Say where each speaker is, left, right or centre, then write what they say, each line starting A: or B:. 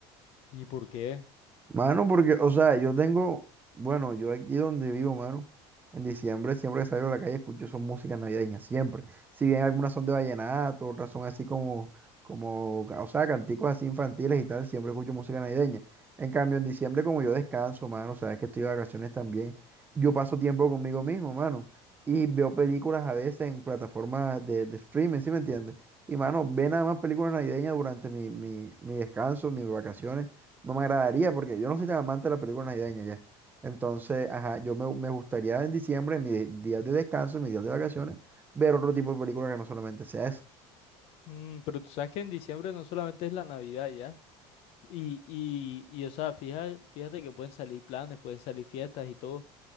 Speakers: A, on the left; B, on the right.
A: ¿Y por qué?
B: Mano, porque, o sea, yo tengo, bueno, yo aquí donde vivo, mano, en diciembre siempre que salgo a la calle escucho son músicas navideñas, siempre. Si bien algunas son de vallenato, otras son así como, como, o sea, canticos así infantiles y tal, siempre escucho música navideña. En cambio, en diciembre como yo descanso, mano, o sea, es que estoy de vacaciones también, yo paso tiempo conmigo mismo, mano, y veo películas a veces en plataformas de, de streaming, ¿sí me entiendes? Y, mano, ve nada más películas navideñas durante mi, mi, mi descanso, mis vacaciones no me agradaría porque yo no soy tan amante de las películas navideñas ya. Entonces, ajá, yo me, me gustaría en diciembre, en mis de- días de descanso, en mis días de vacaciones, ver otro tipo de película que no solamente sea eso.
A: Mm, pero tú sabes que en diciembre no solamente es la Navidad ya. Y, y, y o sea, fíjate, fíjate que pueden salir planes, pueden salir fiestas y todo.